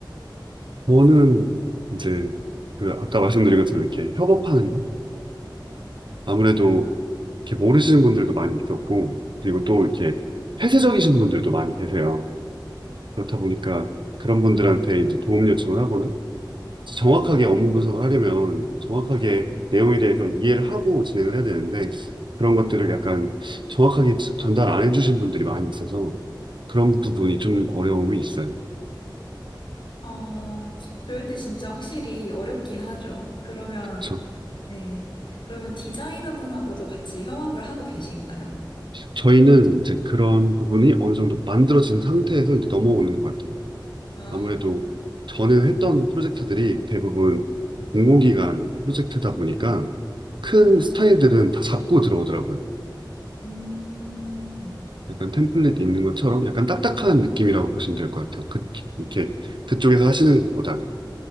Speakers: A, on the right; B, on the left.
A: 저는 이제 그 아까 말씀드린 것처럼 이렇게 협업하는 거? 아무래도 이렇게 모르시는 분들도 많이 있었고, 그리고 또 이렇게 폐쇄적이신 분들도 많이 계세요. 그렇다 보니까 그런 분들한테 이제 도움 요청을 하거나 이제 정확하게 업무 분석을 하려면 정확하게 내용에 대해서 이해를 하고 진행을 해야 되는데 그런 것들을 약간 정확하게 지- 전달 안 해주신 분들이 많이 있어서 그런 부분이 좀 어려움이 있어요.
B: 아, 그럴 때 진짜 확실히 어렵긴 하죠. 그러면
A: 저,
B: 네. 그러면 디자이너분하고도 같이 협업을 하고 계신가요?
A: 저희는 이제 그런 부분이 어느 정도 만들어진 상태에서 이제 넘어오는 것 같아요.
B: 아,
A: 아무래도 저는 했던 프로젝트들이 대부분 공공기관 프로젝트다 보니까 큰 스타일들은 다 잡고 들어오더라고요.
B: 음.
A: 약간 템플릿 있는 것처럼 약간 딱딱한 느낌이라고 보시면 될 것 같아요. 그, 이렇게 그쪽에서 하시는 것보다